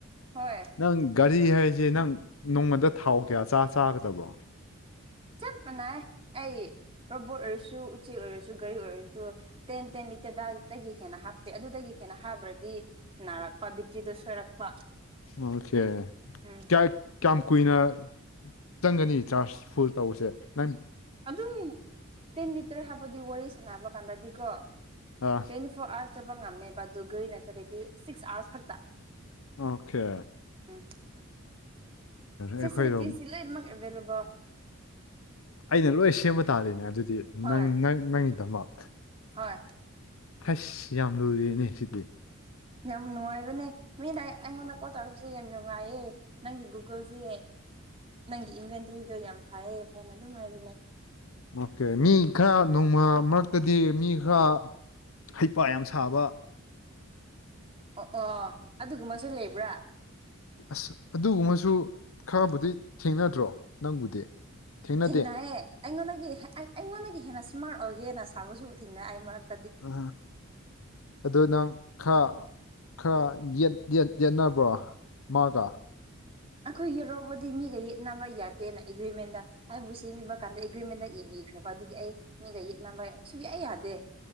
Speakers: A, on the right; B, on the left.
A: ꯍꯣꯏ
B: ꯅꯪ ꯒꯥꯔꯤ ꯍꯥꯏ ꯁꯦ ꯅꯪ ꯅꯣꯡꯃꯗ ꯊꯥꯎ ꯀꯌꯥ ꯆꯥ ꯆꯥꯒꯗꯕ꯭ꯔꯣ
A: ꯆꯞ ꯃꯥꯟꯅꯩ ꯑꯩ ꯔꯣꯕꯣꯠ ꯑꯣꯏꯔꯁꯨ ꯎꯆꯦꯛ ꯑꯣꯏꯔꯁꯨ ꯒꯥꯔꯤ ꯑꯣꯏꯔꯁꯨ ꯇꯦꯟ ꯇꯦꯟ ꯂꯤꯇꯔꯗꯒꯤ ꯍꯦꯟꯅ ꯍꯥꯞꯇꯦ ꯑꯗꯨꯗꯒꯤ ꯍꯦꯟꯅ ꯍꯥꯞꯔꯗꯤ ꯅꯥꯔꯛꯄ ꯕꯤꯇ꯭ꯔꯤꯗ ꯁꯣꯏꯔꯛꯄ
B: ꯑꯣꯀꯦ
A: ꯎꯝ
B: ꯀꯌꯥ ꯀꯌꯥꯝ ꯀꯨꯏꯅ ꯆꯪꯒꯅꯤ ꯆꯥꯔꯖ ꯐꯨꯜ ꯇꯧꯕꯁꯦ ꯅꯪ
A: ꯑꯗꯨꯝ ꯇꯦꯟ ꯂꯤꯇꯔ ꯍꯥꯞꯄꯗꯤ ꯋꯥꯔꯤ ꯁꯥꯟꯅꯕ ꯀꯥꯟꯗꯗꯤꯀꯣ
B: ꯑ
A: ꯇ꯭ꯋꯦꯟꯇꯤ ꯐꯣꯔ ꯑꯥꯔ ꯆꯠꯄ ꯉꯝꯃꯦꯕ ꯗꯨ ꯒꯔꯤꯅ ꯆꯠꯂꯗꯤ ꯁꯤꯛꯁ ꯑꯋꯥ꯭ꯔꯁ ꯈꯛꯇ
B: ꯑꯣꯀꯦ
A: ꯎꯝ ꯐꯦꯁꯤꯂꯤꯇꯤꯁꯤ
B: ꯑꯩꯈꯣꯏꯔꯣꯝ
A: ꯂꯣꯏꯅꯃꯛ ꯑꯦꯚꯥꯏꯂꯦꯕꯜ
B: ꯑꯩꯅ ꯂꯣꯏ ꯁꯦꯝꯕ ꯇꯥꯔꯅꯦ ꯑꯗꯨꯗꯤ
A: ꯍꯣꯏ
B: ꯅꯪ ꯅꯪ ꯅꯪꯒꯤꯗꯃꯛ
A: ꯍꯣꯏ
B: ꯍꯩꯁ ꯌꯥꯝ ꯂꯨꯔꯤꯅꯦ ꯁꯤꯗꯤ
A: ꯌꯥꯝ ꯅꯨꯡꯉꯥꯏꯕꯅꯦ ꯃꯤꯅ ꯑꯩꯉꯣꯟꯗ ꯀꯣꯜ ꯇꯧꯔꯛꯄꯁꯦ ꯌꯥꯝ ꯅꯨꯡꯉꯥꯏꯌꯦ ꯅꯪꯒꯤ ꯒꯨꯒꯜꯁꯦ ꯅꯪꯒꯤ ꯏꯚꯦꯟ ꯗꯨꯏꯗꯣ ꯌꯥꯝ ꯐꯩꯌꯦ ꯐꯩꯅ ꯑꯗꯨꯝ ꯍꯥꯏꯕꯅꯦ
B: ꯑꯣꯀꯦ ꯃꯤ ꯈꯔ ꯅꯣꯡꯃ ꯃꯔꯛꯇꯗꯤ ꯃꯤ ꯈꯔ ꯍꯩꯄꯥ ꯌꯥꯝ ꯁꯥꯕ
A: ꯑꯣ ꯑꯣ ꯑꯗꯨꯒꯨꯝꯕꯁꯨ ꯂꯩꯕ꯭ꯔꯥ
B: ꯑꯁ ꯑꯗꯨꯒꯨꯝꯕꯁꯨ ꯈꯔꯕꯨꯗꯤ ꯊꯦꯡꯅꯗ꯭ꯔꯣ ꯅꯪꯕꯨꯗꯤ ꯊꯦꯡꯅꯗꯦ
A: ꯊꯦꯡꯅꯥꯌꯦ ꯑꯩꯉꯣꯟꯗꯒꯤ ꯑꯩ ꯑꯩꯉꯣꯟꯗꯒꯤ ꯍꯦꯟꯅ ꯏꯁꯃꯥꯔꯠ ꯑꯣꯏꯒꯦꯅ ꯁꯥꯕꯁꯨ ꯊꯦꯡꯅꯩ ꯑꯩꯃꯔꯛ
B: ꯑ ꯑꯗꯨ ꯅꯪ ꯈꯔ ꯈꯔ ꯌꯦꯠ ꯌꯦꯠ ꯌꯦꯠꯅꯕ꯭ꯔꯣ ꯃꯥꯒ
A: ꯑꯩꯈꯣꯏ ꯔꯣꯕꯣꯠꯇꯤ ꯃꯤꯒ ꯌꯦꯠꯅꯕ ꯌꯥꯗꯦꯅ ꯑꯦꯒ꯭ꯔꯤꯃꯦꯟꯗ ꯑꯩꯕꯨ ꯁꯤꯝꯕꯤꯕ ꯀꯥꯟꯗ ꯑꯦꯒ꯭꯭ꯔꯤꯃꯦꯟꯗ ꯏꯕꯤ ꯏꯈ꯭ꯔꯕ ꯑꯗꯨꯒꯤ ꯑꯩ ꯃꯤꯒ ꯌꯦꯠꯅꯕ ꯁꯨꯛꯌꯥ ꯌꯥꯗꯦ